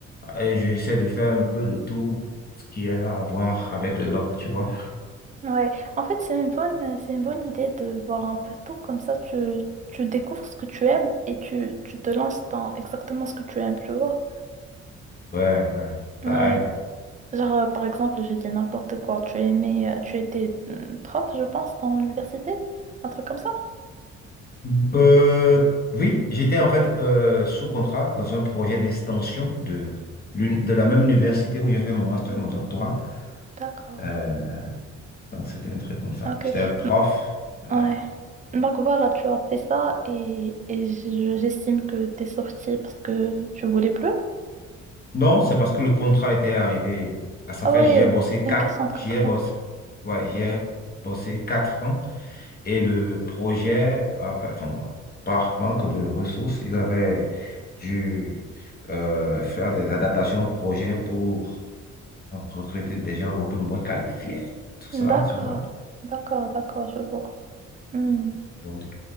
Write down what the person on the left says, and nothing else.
Et j'essaie de faire un peu de tout ce qui a à voir avec les langues, tu vois.
Ouais, ouais,
ça aide.
Mm. Euh, oui, j'étais en fait euh, sous contrat dans un projet d'extension de, l'une- de la même université où j'ai fait mon master, mon doctorat.
Euh, donc, c'était un truc comme ça.
J'étais un prof.
ouais.
Non, c'est parce que le contrat était arrivé à sa
fin.
J'y ai bossé quatre.
J'y ai bossé. Ouais, j'y ai bossé quatre ans. Et le projet, avait- enfin, par manque de ressources, ils avaient dû euh, faire des adaptations au projet pour enfin, recruter des gens un peu moins qualifiés. Tout ça,
tu vois.
Donc,